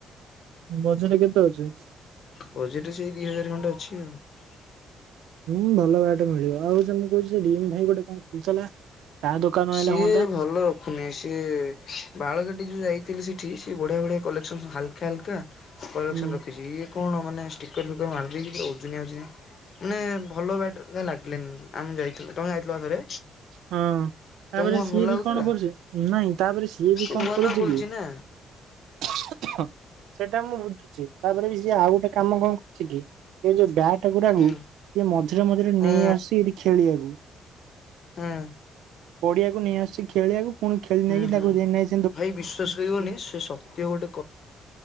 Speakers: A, on the right; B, on the left.
A: ମଝିରେ କେତେ ଅଛି?
B: ବଜେଟ୍ ସେଇ ଦି ହଜାର ଖଣ୍ଡେ ଅଛି ଆଉ।
A: ହୁଁ ଭଲ ବାଟେ ମିଳିବ ଆଉ ତମ କହୁଛି ର ଭାଇ ଗୋଟେ କଣ ଖୋଲିଥିଲା? ତା ଦୋକାନ ଆଇଲେ
B: ସିଏ
A: ହୁଅନ୍ତା।
B: ଭଲ ରଖୁନି ସିଏ ବାଳକଟି ଯୋଉ ଯାଇ ସେଠି ସେ ବଢିଆ ବଢିଆ କଲେକ୍ସନ ହାଲକା ହାଲକା କଲେକ୍ସନ
A: ହୁଁ
B: ରଖିଛି। କଣ ମାନେ ଷ୍ଟିକର ଫିକର ମାରିଦକି ପୁରା ଓଜନିଆ ଓଜନିଆ। ମାନେ ଭଲ ବାଟ ଲାଗିଲାନି ଆମେ ଯାଇଥିଲୁ ତମେ ଯାଇଥିଲପା ଥରେ।
A: ହଁ
B: ତମକୁ
A: ତାପରେ
B: କଣ
A: ସିଏ
B: ଭଲ ଲାଗୁଥିଲା?
A: ବି କଣ କରୁଛି ନାଇଁ ତାପରେ ସିଏ ବି
B: ସେ
A: କଣ
B: ନୂଆ
A: କରୁଛି
B: ନୂଆ ଖୋଲିଛି
A: କି
B: ନା
A: <unintelligible> ସେ ସେଇଟା ମୁଁ ବୁଝୁଛି ତାପରେ ବି ସିଏ ଆଉ ଗୋଟେ କାମ କଣ କରୁ କି ସେ ଯୋଉ ବ୍ୟାଗ୍ ଟାକୁଗୁ
B: ହୁଁ
A: ଯ ମଝିରେ ମଝିରେ
B: ହଁ
A: ନେଇ ଆସୁ ଏଇଠି ଖେଳିବାକୁ।
B: ହଁ।
A: ପଡିଆକୁ ନେଇ ଆସୁଛି ଖେଳିବାକୁ ପୁଣି ଖେଳି
B: ହୁଁ
A: ନେଇକି
B: ହୁଁ।
A: ତାଙ୍କୁ <unintelligible>
B: ଭାଇ ବିଶ୍ଵାସ କରିବନି ସେ ସତ ଗୋଟେ